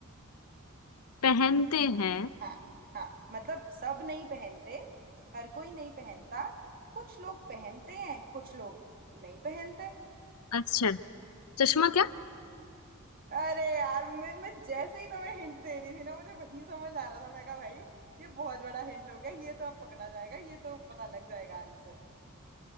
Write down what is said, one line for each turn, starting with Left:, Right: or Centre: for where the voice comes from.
Left: पहनते हैं
Right: हाँ हाँ मतलब सब नहीं पहनते हर कोई नहीं पहनता कुछ लोग पहनते हैं कुछ लोग नहीं पहनते
Left: अच्छा चश्मा क्या
Right: अरे यार मैं मैं जैसे ही तुम्हें हिंट दे रही थी ना मुझे वही समझ आ रहा था मैं कहा भाई ये बहुत बड़ा हिंट हो गया ये तो अब पकड़ा जाएगा ये तो पता लग जाएगा आंसर